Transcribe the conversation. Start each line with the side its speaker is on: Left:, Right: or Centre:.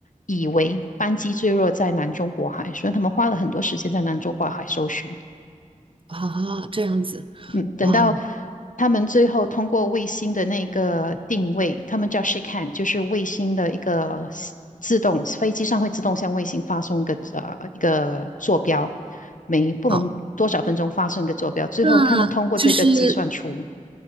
Left: 以为班机坠落在南中国海，所以他们花了很多时间在南中国海搜寻。
Right: 好好这样子，
Left: 嗯，等到
Right: 哇哦。
Left: 他们最后通过卫星的那个定位，他们叫 shake hand，就是卫星的一个 s- 自动，飞机上会自动向卫星发送一个呃一个坐标，每不能多少分钟发送一个坐标，
Right: 好
Left: 最后他们通过这个计算出，
Right: 那就是